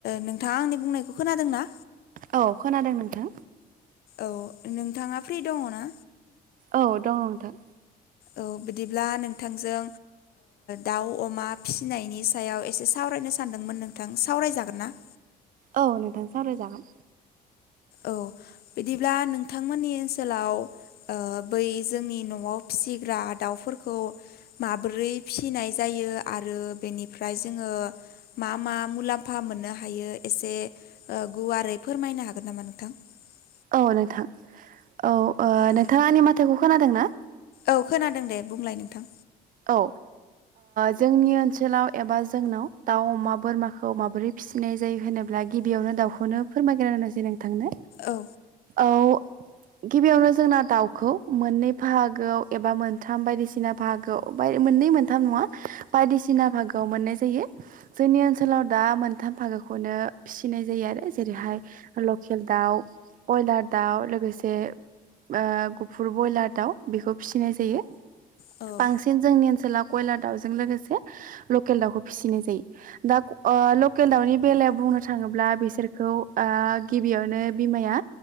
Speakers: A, on the left (about 65°); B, on the right (about 55°).
A: नोंथाङा आंनि बुंनायखौ खोनादों ना
B: औ खोनादों नोंथां
A: औ नोंथाङा फ्रि दङ ना
B: औ दङ नोंथां
A: औ बिदिब्ला नोंथांजों दाउ अमा फिसिनायनि सायाव एसे सावरायनो सानदोंमोन नोंथां सावरायजागोन ना
B: औ नोंथां सावरायजागोन
A: औ बिदिब्ला नोंथांमोननि ओनसोलाव बै जोंनि न'आव फिसिग्रा दाउफोरखौ माबोरै फिनाय जायो आरो बेनिफ्राय जोङो मा मा मुलाम्फा मोननो हायो एसे गुवारै फोरमायनो हागोन नामा नों <unintelligible>
B: औ नोंथां औ
A: औ
B: नोंथाङा आंनि मथायखौ खोनादों ना
A: औ खोनादों दे बुंलाय नोंथां
B: औ जोंनि ओनसोलाव एबा जोंनाव दाउ अमा बोरमाखौ माबोरै फि फिसिनाय जायो होनोब्ला गिबियावनो दाउखौनो फोरमायग्रोनोसै नों थांनो
A: औ।
B: औ गिबियावनो जोंना दाउखौ मोननै बाहागोआव एबा मोनथाम बायदिसिना बाहागोआव मोननै मोनथाम नङा बायदिसिना भागोआव मोननाय जायो जोंनि ओनसोलाव दा मोनथाम साथाम फागोखौनो फिसिनाय जायो आरो जेरैहाय लकेल दाउ बयलार दाउ लोगोसे ओ गुफुर ब्रयलार दाउ बेखौ फिसिनाय जायो
A: औ
B: बांसिन जोंनि ओन कयलार दाउजों लोगोसे लकेल दाउखौ फिसिनाय जायो दा लकेल दाउनि बेलायाव बुंनो थाङोब्ला बिसोरखौ गिबियावनो बिमाया